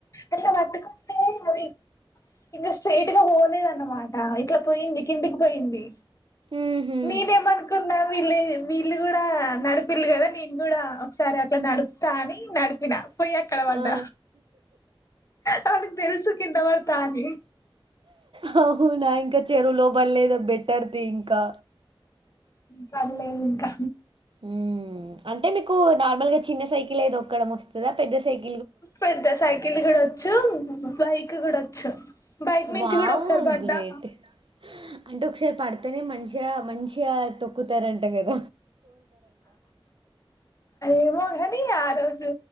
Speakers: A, on the left; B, on the right.
A: అట్ల పట్టుకుంటే అది ఇంగ స్ట్రేట్గ పోలేదనమాట ఇట్ల పోయింది పొఇంది
B: ఉహు
A: మేమనుకున్నా ట్లే వీళ్ళు గుడ నడిపిల్ గద నేన్ గుడ సరే అట్ల నడుప్త అని నడిపిన పోయ్ అక్కడ పడ్డ
B: ఆ
A: వాళ్ళ క్ తెలుసు కింద కిందపడ్తా అని
B: హౌనా ఇంక చెరువులో పళ్ళేదు బెట్టర్ తి ఇంకా
A: పల్లెదింక
B: మ్ అంటే మీకు నార్మల్గ చిన్న సైకిలే దొక్కడం ఒస్తద పెద్ద సైకి
A: పెద్ద సైకిల్ గుడ ఒచ్చు బైక్ గుడ ఒచ్చు బైక్ మించి
B: వామ్మో
A: గుడ ఒక్సారి పడ్డా
B: గ్రేట్ అంటే ఒక్సారి పడ్తనే మంచిగ మంచిగ తొక్కుతారంట గద
A: ఏమో గని ఆ రోజు